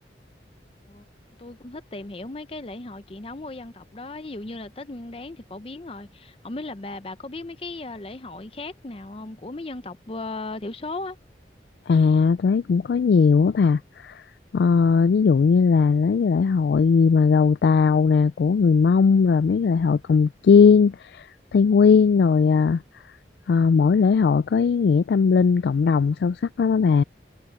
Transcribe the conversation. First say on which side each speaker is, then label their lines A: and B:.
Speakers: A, on the left; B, on the left.
A: Ờ, tôi cũng thích tìm hiểu mấy cái lễ hội truyền thống của dân tộc đó ví dụ như là Tết Nguyên Đán thì phổ biến rồi không biết là bà bà có biết mấy cái ờ, lễ hội khác nào không của mấy dân tộc ờ, thiểu số á
B: à tôi thấy cũng có nhiều á bà Ờ, ví dụ như là lấy cái lễ hội gì mà gầu Tàu nè của người Mông rồi mấy cái lễ hội cồng chiêng Tây Nguyên rồi à, à, mỗi lễ hội có ý nghĩa tâm linh cộng đồng sâu sắc lắm á bà